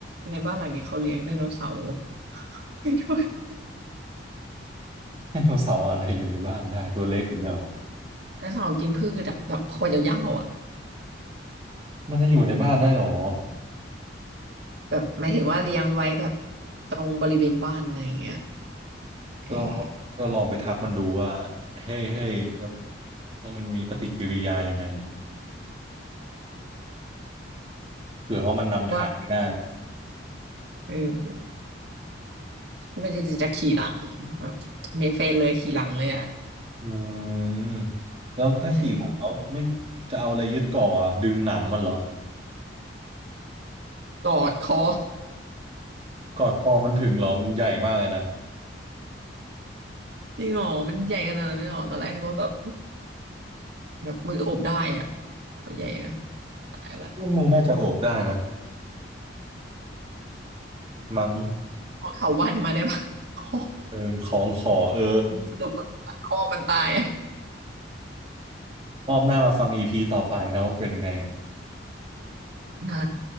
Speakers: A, on the right; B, on the right.
A: ในบ้านหลังนี้เขาเลี้ยงไดโนเสาร์ <laughs> ไปด้วย
B: ไดโนเสาร์อะไรอยู่ในบ้านได้ตัวเล็กอย่างเงี้ยหรอ
A: ไดโนเสาร์กินพืชอ่ะแบบคอยาวๆอ่ะ
B: มันจะอยู่ในบ้านได้หรอ
A: แบบหมายถึงว่าเลี้ยงไว้แบบตรงบริเวณบ้านอะไรอย่างเงี้ยเออ
B: ก็ก็ลองไปทักมันดูว่าเฮ้ยเฮ้ยแบบแล้ว่ามันมีปฏิกิริยายังไงเผื่อว่าะมันนำทางไปได้
A: ว่าเออ ไม่ได้จะขี่หลังแบบมีเฟนเลยขี่หลังเลยอ่ะ
B: อืมแล้วถ้าขี่หลังแล้วไม่
A: เอ้ย
B: จะเอาอะไรยึดก่ออะดึงหนังมันเหรอ
A: กอดคอ
B: ก่อนคอมันถึงเหรอมันใหญ่มากเลยนะ
A: จริงเหรอมันใหญ่ขนาดนั้นเลยเหรอตอนแรกนึกว่าแบบแบบมือโอบได้อ่ะมันใหญ่นะตายละ
B: ว่ามือน่าจะโอบได้นะมั้ง
A: เอาเถาวัลย์มาได้ปะค <laughs> อ
B: เออของขอเออ
A: สรุปว่าคอมันตายอะ
B: รอบหน้ามาฟังอีพีต่อไปนะว่าเป็นยังไง
A: ได้